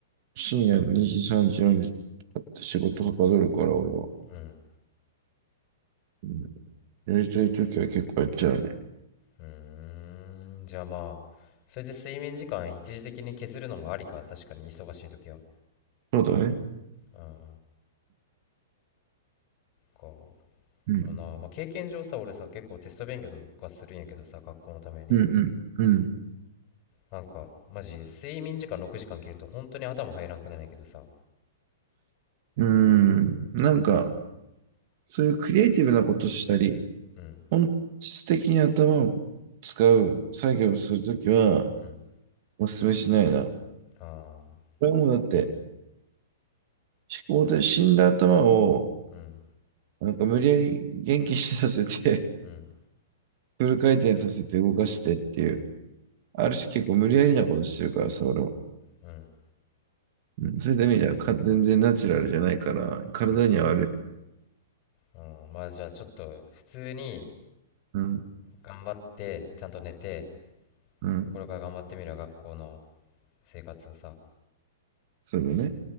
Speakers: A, on the right; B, on the left.
A: 深夜2時、3時、4時とかって仕事はかどるから俺は。
B: うん。
A: うん。やりたいときは結構やっちゃうね。
B: うーん、じゃあまあ、それで睡眠時間一時的に削るのもありか、確かに忙しい時は。
A: そうだね。
B: うんか
A: うん。
B: でもな、まあ、経験上さ俺さ結構テスト勉強とかするんやけどさ学校のために
A: うん。うん。
B: なんかマジ睡眠時間6時間切ると本当に頭入らんくなるんやけどさ
A: うん。うん。なんか、そういうクリエイティブなことしたり、
B: うん
A: 本質的に頭を使う作業をするときは、
B: うん
A: お勧めしないな。こ
B: ああ
A: れはもうだって、思考で死んだ頭を、
B: うん
A: なんか無理やり元気にさせて、
B: うん
A: <laughs> フル回転させて動かしてっていう。ある種結構無理やりなことしてるからさ、俺は。
B: うん
A: うん、そういった意味ではか全然ナチュラルじゃないから、体には悪い。
B: うんうんまあじゃあちょっと普通に
A: うん、
B: 頑張ってちゃんと寝て
A: うん、
B: これから頑張ってみるわ学校の生活をさ
A: そうだね。